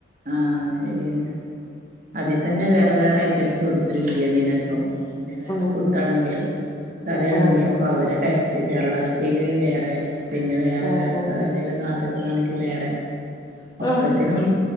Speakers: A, on the right; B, on the left.
A: ആഹ് ശെരിയെന്നെ അതിത്തന്നെ വേറെ വേറെ ഐറ്റംസ് ഒരു ബിരിയാണിയെന്ന്ണ്ടാവും പിന്നെ വേറെ
B: ഉം
A: ഫുഡാണെങ്കിലും
B: ഉം
A: കറിയാണെങ്കിലൊക്കവരെ
B: ആഹ്
A: ടേസ്റ്റ് കേരളാസ്റ്റെയില് വേറെ പിന്നെ വേറെ
B: ആഹ്
A: രാ
B: ആഹ്
A: ഏതെലും നാട്ടിത്തെതാണെങ്കി വേറെ ഒക്കത്തിനും
B: ആഹ്